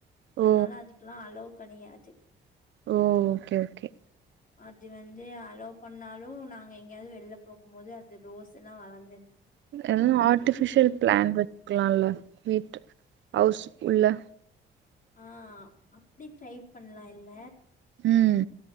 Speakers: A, on the left; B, on the right.
A: அதனால
B: ஓ
A: அதுக்கெல்லா அல்லோ கெடையாது
B: ஓ ஓகே ஓகே
A: அது வந்து அலோ பண்ணாலு நாங்க எங்கேயாவது வெளில போகும் போது அது ரோஸ் எல்லா வளர்ந்து
B: இல்ல ஆர்ட்டிபிஷியல் பிளான்ட் வைக்கலால்ல வீட் அவுஸ் உள்ள
A: ஆ அப்படி ட்ரை பண்ணலா இல்ல
B: ம்